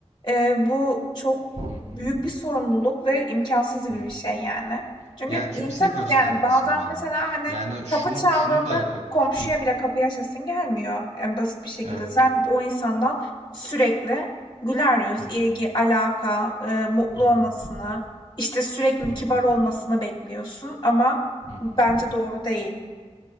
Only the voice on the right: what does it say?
hı hı,
hı hı.
Ya kimseye
göstermesin
o zaman.
Yani şunu
şunu da yapabilir.
Hı,
Evet.
Hı hı,
hı hı,
hı hı,
hı
hı.